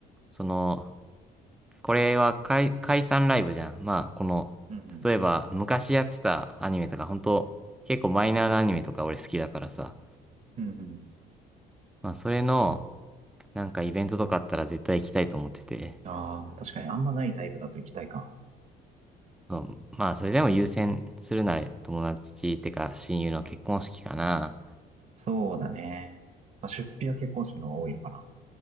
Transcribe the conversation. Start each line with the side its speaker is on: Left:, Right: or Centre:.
Centre: その、これは解、解散ライブじゃん。まあ、この、
Right: うん
Centre: 例えば昔やってたアニメとか、本当結構マイナーなアニメとか俺好きだからさ。
Right: うん。うんうん。
Centre: まあ、それの、なんかイベントとかあったら絶対行きたいと思ってて。
Right: ああ、確かにあんまないタイプだと行きたいか。
Centre: そうまあ、それでも優先するなら友達ってか親友の結婚式かな。
Right: そうだね。まあ、出費は結婚式の方が多いのかな。